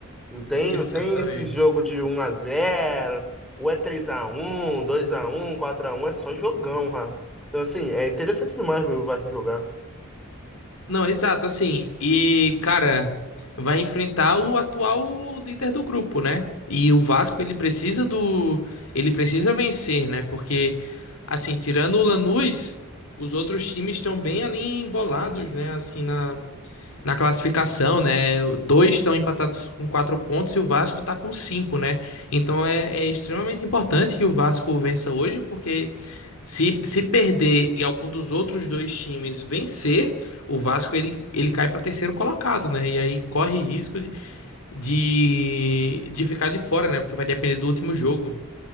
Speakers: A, in the centre; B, on the left.
A: Não tem,
B: Exatamente.
A: não tem esse jogo de um a zero ou é 3 a um 2 a um 4 a um é só jogão, cara. Então assim, é interessante demais ver o Vasco jogar.
B: Não, exato, assim. E, cara, vai enfrentar o atual líder do grupo, né? E o Vasco, ele precisa do. Ele precisa vencer, né? Porque, assim, tirando o Lanús, os outros times estão bem ali embolados, né? Assim, na. na classificação, né? Dois estão empatados com quatro pontos e o Vasco está com cinco, né? Então é, é extremamente importante que o Vasco vença hoje, porque se, se perder e algum dos outros dois times vencer, o Vasco ele, ele cai para terceiro colocado, né? E aí corre risco de, de, de ficar de fora, né? Porque vai depender do último jogo.